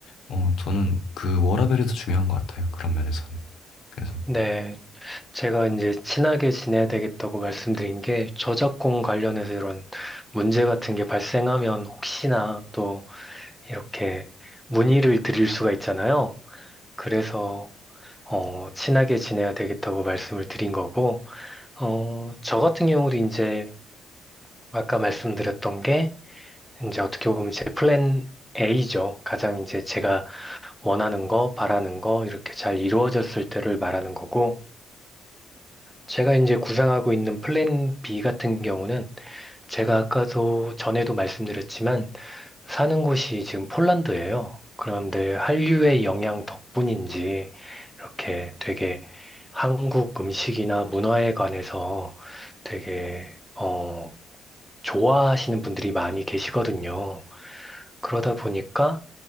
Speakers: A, on the left; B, in the centre.
A: 어 저는 그 워라밸이 더 중요한 것 같아요. 그런 면에서는. 그래서
B: 네. 제가 이제 친하게 지내야 되겠다고 말씀드린 게 저작권 관련해서 이런 문제 같은 게 발생하면 혹시나 또 이렇게 문의를 드릴 수가 있잖아요. 그래서 어, 친하게 지내야 되겠다고 말씀을 드린 거고, 어, 저 같은 경우도 이제 아까 말씀드렸던 게, 이제 어떻게 보면 제 플랜 A죠. 가장 이제 제가 원하는 거, 바라는 거, 이렇게 잘 이루어졌을 때를 말하는 거고, 제가 이제 구상하고 있는 플랜 B 같은 경우는 제가 아까도 전에도 말씀드렸지만, 사는 곳이 지금 폴란드예요. 그런데 한류의 영향 덕분인지 이렇게 되게 한국 음식이나 문화에 관해서 되게 어, 좋아하시는 분들이 많이 계시거든요. 그러다 보니까